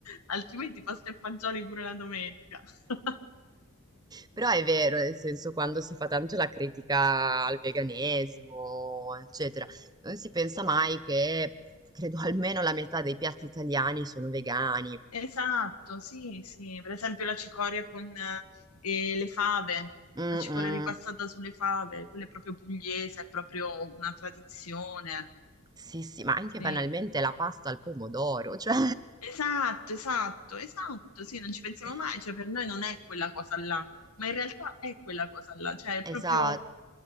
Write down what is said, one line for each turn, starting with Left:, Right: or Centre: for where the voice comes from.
Left: altrimenti pasta e fagioli pure la domenica. <laughs>
Right: Però è vero, nel senso, quando si fa tanto la critica al veganesimo, eccetera, non si pensa mai che credo almeno la metà dei piatti italiani sono vegani.
Left: Esatto, sì, sì, per esempio la cicoria con eh, le fave,
Right: Mm,
Left: la cicoria
Right: mm.
Left: ripassata sulle fave, quella è proprio pugliese, è proprio una tradizione.
Right: Sì, sì, ma anche
Left: Sì.
Right: banalmente la pasta al pomodoro, cioè.
Left: Esatto, esatto, esatto, sì, non ci pensiamo
Right: <laughs>
Left: mai, cioè per noi non è quella cosa là, ma in realtà è quella cosa là, cioè è
Right: Esatto.
Left: proprio